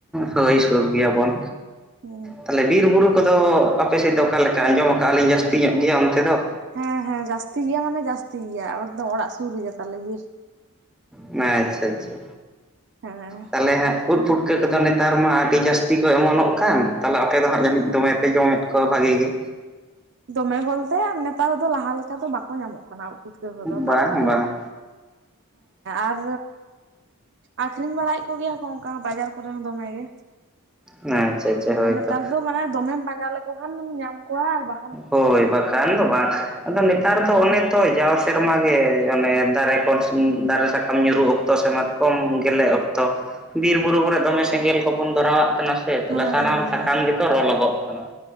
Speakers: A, in the centre; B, on the right.
A: ᱦᱳᱭ ᱥᱩᱨ ᱜᱮᱭᱟᱵᱚᱱ
B: ᱦᱩᱸ
A: ᱛᱟᱦᱚᱞᱮ ᱵᱤᱨ ᱵᱩᱨᱩ ᱠᱚᱫᱚ ᱟᱯᱮᱥᱮᱫ ᱫᱚ ᱚᱠᱟ ᱞᱮᱠᱟ ᱟᱸᱡᱚᱢ ᱟᱠᱟᱜ ᱟᱞᱤᱧ ᱡᱟᱹᱥᱛᱤ ᱧᱚᱜ ᱜᱮᱭᱟ ᱚᱱᱛᱮ ᱫᱚ
B: ᱦᱮᱸ ᱦᱮᱸ ᱡᱟᱹᱥᱛᱤ ᱜᱮᱭᱟ ᱢᱟᱱᱮ ᱡᱟᱹᱥᱛᱤ ᱜᱮᱭᱟ ᱮᱠᱫᱚᱢ ᱚᱲᱟᱜ ᱥᱩᱨ ᱨᱮᱜᱮ ᱛᱟᱞᱮ ᱵᱤᱨ
A: ᱟᱪᱪᱷᱟ ᱟᱪᱪᱷᱟ
B: ᱦᱮᱸ
A: ᱛᱟᱞᱦᱮ ᱦᱟᱸᱜ ᱩᱫ ᱯᱷᱩᱴᱠᱟᱹ ᱠᱚᱫᱚ ᱱᱮᱛᱟᱨ ᱢᱟ ᱟᱹᱰᱤ ᱡᱟᱹᱥᱛᱤ ᱠᱚ ᱚᱢᱚᱱᱚᱜ ᱠᱟᱱ ᱛᱟᱦᱞᱮ ᱟᱯᱮᱫᱚ ᱦᱟᱸᱜ ᱡᱟᱹᱱᱤᱡ ᱫᱚᱢᱮ ᱯᱮ ᱡᱚᱢᱮᱫ ᱠᱚᱣᱟ ᱵᱷᱟᱜᱮ ᱜᱮ
B: ᱫᱚᱢᱮ ᱵᱚᱞᱛᱮ ᱱᱮᱛᱟᱨ ᱫᱚ ᱞᱟᱦᱟ ᱞᱮᱠᱟ ᱫᱚ ᱵᱟᱠᱚ ᱧᱟᱢᱚᱜ ᱠᱟᱱᱟ ᱯᱩᱴᱠᱟᱹ ᱠᱚᱫᱚ
A: ᱵᱟᱝ
B: ᱛᱟᱨᱯᱚᱨ
A: ᱵᱟᱝ
B: ᱦᱮᱸ ᱟᱨ ᱟᱠᱷᱨᱤᱧ ᱵᱟᱲᱟᱭᱮᱫ ᱠᱚ ᱜᱮᱭᱟ ᱠᱚ ᱚᱱᱠᱟ ᱵᱟᱡᱟᱨ ᱠᱚᱨᱮ ᱦᱚᱸ ᱫᱚᱢᱮ ᱜᱮ ᱾
A: ᱟᱪᱪᱷᱟ ᱟᱪᱪᱷᱟ ᱦᱳᱭᱛᱚ
B: ᱟᱨ ᱱᱮᱛᱟᱨ ᱫᱚ ᱢᱟᱱᱮ ᱫᱚᱢᱮᱢ ᱯᱟᱸᱡᱟ ᱞᱮᱠᱚ ᱠᱷᱟᱱᱮᱢ ᱧᱟᱢ ᱠᱚᱣᱟ ᱟᱨ ᱵᱟ
A: ᱦᱳᱭ ᱵᱟᱠᱷᱟᱱ ᱫᱚ ᱵᱟᱝ ᱾ ᱟᱫᱚ ᱱᱮᱛᱟᱨ ᱫᱚ ᱚᱱᱮ ᱦᱳᱭ ᱡᱟᱣ ᱥᱮᱨᱢᱟ ᱜᱮ, ᱚᱱᱮ ᱫᱟᱨᱮ ᱠᱷᱚᱱ <unintelligible> ᱫᱟᱨᱮ ᱥᱟᱠᱟᱢ ᱧᱩᱨᱩᱜ ᱚᱠᱛᱚ ᱥᱮᱢᱟ ᱠᱚᱢ ᱜᱮᱞᱮ ᱚᱠᱛᱚ, ᱵᱤᱨ ᱵᱩᱨᱩ ᱠᱚᱨᱮ ᱫᱚᱢᱮ ᱥᱮᱸᱜᱮᱞ ᱠᱚᱵᱚᱱ ᱫᱷᱚᱨᱟᱣᱟᱜ ᱠᱟᱱᱟ ᱾ ᱛᱮ ᱛᱟᱞᱦᱮ
B: ᱦᱮᱸ
A: ᱥᱟᱱᱟᱢ ᱥᱟᱠᱟᱢ
B: ᱦᱮᱸ
A: ᱜᱮᱛᱚ ᱨᱚ ᱞᱚᱜᱚᱜ ᱠᱟᱱᱟ,